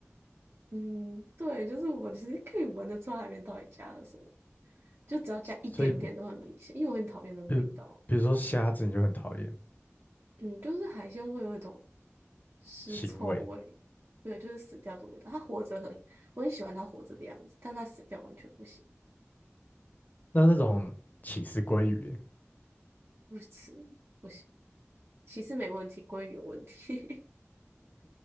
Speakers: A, on the right (about 55°); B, on the left (about 35°).
A: 嗯，对，就是我其实可以闻得出来海面到底加了什么。就只要加一点点都很明显，
B: 所以
A: 因为我很讨厌那个味道。
B: 比如比如说虾子你就很讨厌
A: 嗯，就是海鲜会有一种尸臭味，
B: 腥味，
A: 对，就是死掉的味道。它活着很，我很喜欢它活着的样子，但它死掉完全不行，
B: 那那种起司鲑鱼欸
A: 不吃不行。其实没问题，鲑鱼有问题，